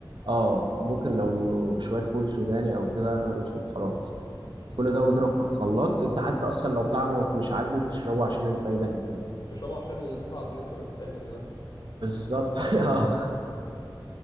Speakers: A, on the right (about 65°); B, on the left (about 55°).
A: اه ممكن لو شوية فول سوداني او كده يا نهار اسوخ خلاص
B: امم
A: كل ده واضرب في الخلاط انت حتى اصلا لو طعمك مش عاجبه بتشربه عشان الفايدة اللي فيه
B: بتشربه عشان التعب اللي انت وقفت تعمله ده
A: بالظبط <laughs>